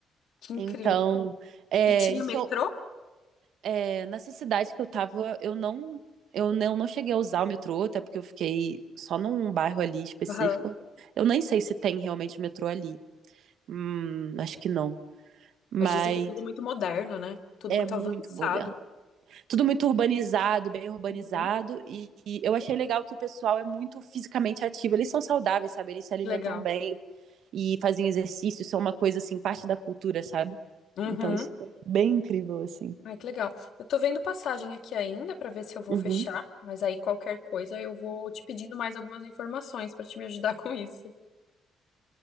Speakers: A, on the left; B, on the right.
A: Que incrível.
B: Então, é,
A: E tinha
B: isso
A: metrô?
B: é, nessa cidade que eu tava, eu não, eu não, não cheguei a usar o metrô, até porque eu fiquei só num bairro ali específico.
A: Aham.
B: Eu nem sei se tem realmente metrô ali. Hum, acho que não. Mas
A: Mas dizem que é tudo muito moderno, né? Tudo
B: é
A: muito
B: muito
A: avançado.
B: moderno. Tudo muito urbanizado, bem urbanizado.
A: Uhum.
B: E, e eu achei legal que o pessoal é muito fisicamente ativo. Eles são saudáveis, sabe? Eles se alimentam
A: Que legal.
B: bem e fazem exercício. Isso é uma coisa, assim, parte da cultura, sabe?
A: Uhum.
B: Então, isso é bem incrível, assim.
A: Ai, que legal. Eu tô vendo passagem aqui ainda pra ver se eu vou
B: Uhum.
A: fechar, mas aí qualquer coisa eu vou te pedindo mais algumas informações pra te me ajudar <laughs> com isso.